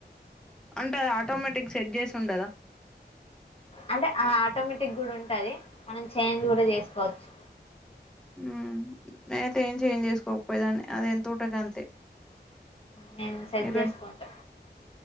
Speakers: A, in the centre; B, on the left (about 35°).
A: అంటే అది ఆటోమేటిక్ సెట్ చేసి ఉండదా
B: అంటే ఆ ఆటోమేటిక్ కూడా ఉంటది మనం చేంజ్ కూడా చేసుకోవచ్చు
A: ఉ నేనైతే ఏం చేంజ్ చేసుకోకపోయేదాన్ని అదేంత తోట గంతే
B: నేను సెట్
A: ఇరు
B: చేసుకుంటా